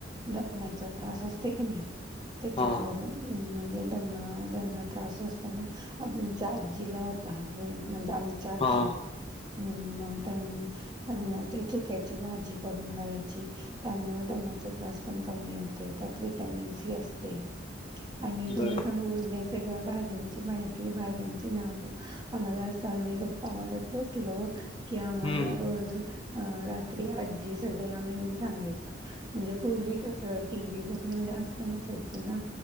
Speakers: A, on the right (about 25°); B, on the left (about 30°).
A: दम्याचा त्रास असते की नाही त्याच्यावर
B: हां,
A: म्हणजे दमा ज्यांना त्रास असत ना आमचा आजीला होता हे म्हणजे आमच्या आजीला
B: हां.
A: हम्म मग त्यां त्यांना ती चुक्याची भाजी करून घालायची त्यामुळे दम्याचा त्रास पण कमी होते त्यात विटॅमिन सी असते. आणि तुला
B: बरं.
A: सांगू या सगळ्या भाज्यांची माहिती भाज्यांची नावं आम्हाला असा आम्ही गप्पा मारत बसलो कि आम्हाला
B: हं.
A: रोज अ रात्री आजी सगळ्या मिळून सांगायच्या म्हणजे पूर्वी कसं टी व्ही बघण जास्त नसायचं ना